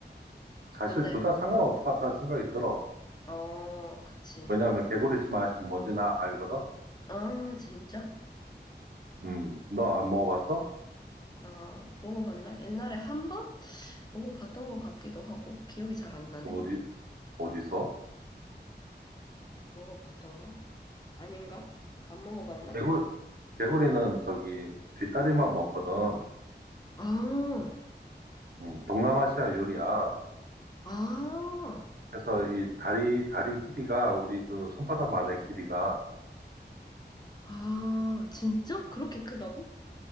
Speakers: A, on the right (about 60°); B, on the left (about 25°).
A: 사실
B: 근데,
A: 둘 다 상관없을 것 같다는 생각이 들어.
B: 어, 그치.
A: 왜냐하면 개구리 맛이 뭔지 나 알거든.
B: 아, 진짜?
A: 음, 너 안 먹어봤어?
B: 아, 먹어봤나? 옛날에 한 번? 먹어봤던 것 같기도 하고, 기억이 잘 안 나네.
A: 어디 어디서?
B: 먹어봤던가? 아닌가? 안 먹어봤나?
A: 개구 개구리는 저기 뒷다리만 먹거든.
B: 아,
A: 음, 동남아시아 요리야.
B: 아,
A: 그래서 이 다리, 다리 길이가 우리 그 손바닥만의 길이가,
B: 아, 진짜? 그렇게 크다고?